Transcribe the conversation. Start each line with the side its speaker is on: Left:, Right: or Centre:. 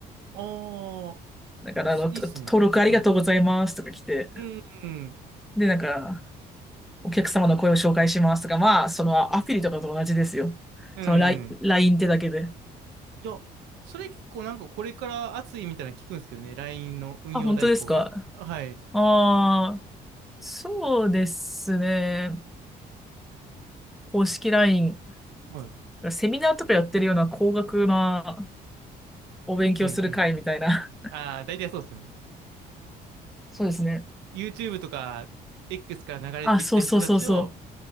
Right: ああ、
Centre: だからあの、
Right: いいっすね。
Centre: と登録ありがとうございますとか来て、
Right: はい。うん。
Centre: で、なんか、お客様の声を紹介しますとか、まあ、そのアフィリとかと同じですよ。
Right: うん。
Centre: そのライ、LINE ってだけで。
Right: いや、それ結構なんかこれから熱いみたいなの聞くんですけどね。LINE の運用代行。
Centre: あ、本当ですか。
Right: はい。
Centre: ああ、そうですね。公式 LINE。
Right: はい。
Centre: セミナーとかやってるような高額なお勉強する会みたいな。
Right: うんうん。ああ、大体そうですよね。
Centre: そうですね。
Right: YouTube とか X から流れてきた人たちを、
Centre: あ、そうそうそうそう。